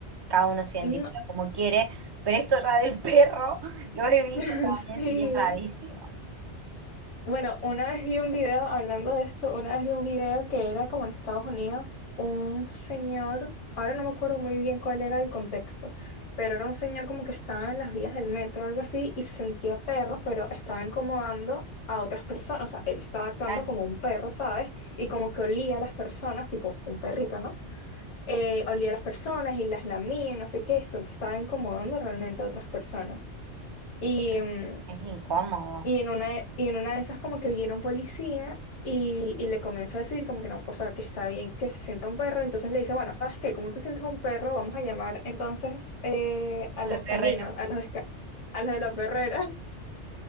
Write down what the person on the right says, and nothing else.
cada uno se identifica
como quiere, pero esto ya del perro <laughs> lo he visto
también
y es rarísimo.
Claro,
es, que
es incómodo.
A
la
perrera.